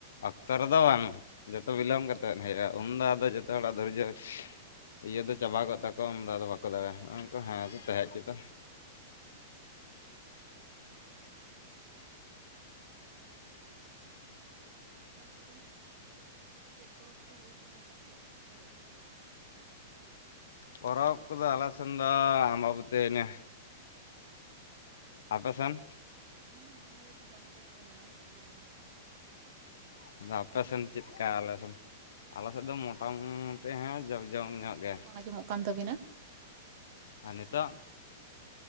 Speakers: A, on the left (about 85°); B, on the right (about 45°).
A: ᱚᱠᱛᱚ ᱨᱮᱫᱚ ᱵᱟᱝ ᱡᱚᱛᱚ ᱵᱤᱞᱚᱢ ᱠᱟᱛᱮ ᱦᱮᱡᱼᱟ ᱩᱱᱫᱚ ᱟᱫᱚ ᱡᱚᱛᱚ ᱦᱚᱲᱟᱜ ᱫᱷᱨᱡᱚ ᱤᱭᱟᱹ ᱫᱚ ᱪᱟᱵᱟ ᱠᱚ ᱛᱟᱠᱚᱣᱟ ᱩᱱᱫᱚ ᱟᱫᱚ ᱵᱟᱠᱚ ᱫᱟᱲᱮᱭᱟᱜᱼᱟ ᱱᱚᱜ ᱦᱮᱸ
B: ᱦᱳᱭ
A: ᱛᱟᱦᱮᱸ ᱦᱚᱪᱮᱛᱚ
B: ᱛᱟᱯᱚᱨᱮ ᱪᱮᱫ ᱯᱚᱨᱚᱵᱽ ᱠᱚ ᱦᱩᱭᱩᱜ ᱠᱟᱱᱟ ᱟᱯᱮ ᱥᱮᱫ ᱦᱩᱭᱩᱜ ᱜᱮᱭᱟ ᱪᱮᱫ ᱠᱚ
A: ᱯᱚᱨᱚᱵᱽ ᱠᱚᱫᱚ ᱟᱞᱮᱥᱮᱫ ᱫᱚ ᱟᱢ ᱟᱵᱟᱹᱵᱩᱛᱤ ᱢᱮ ᱟᱯᱮᱥᱮᱱ
B: ᱦᱮᱸ ᱟᱵᱚᱵᱚᱛᱤ ᱛᱞᱟ ᱥᱮᱫ ᱦᱚᱸᱠᱚ ᱢᱟᱱᱟᱣ ᱠᱮᱫ ᱜᱮ ᱵᱟᱝ ᱫᱚ ᱵᱟᱝ
A: ᱟᱫᱚ ᱟᱯᱮ
B: ᱢᱟᱱᱟᱣ
A: ᱥᱮᱱ
B: ᱜᱮᱭᱟ
A: ᱪᱮᱫ ᱞᱮᱠᱟ
B: ᱠᱚ᱾
A: ᱟᱞᱮ ᱥᱮᱱ ᱟᱞ ᱥᱮᱫ ᱫᱚ ᱢᱚᱴᱟᱢᱩᱴᱤ ᱦᱮᱸ ᱡᱚᱡᱧᱚᱜ
B: ᱨᱚᱲ
A: ᱜᱮ
B: ᱵᱟᱝ ᱟᱸᱡᱚᱢᱚᱜ ᱠᱟᱱ ᱛᱟᱹᱵᱤᱱᱟ
A: ᱟᱨ ᱱᱤᱛᱚᱜ